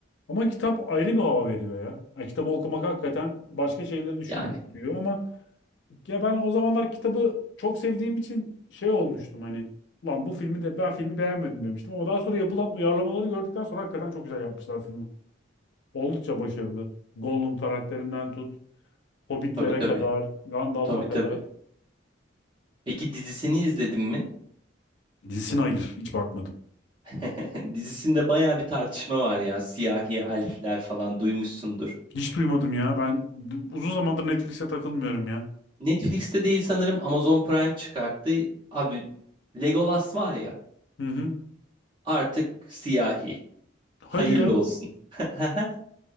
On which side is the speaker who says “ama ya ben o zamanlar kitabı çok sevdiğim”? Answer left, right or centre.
Left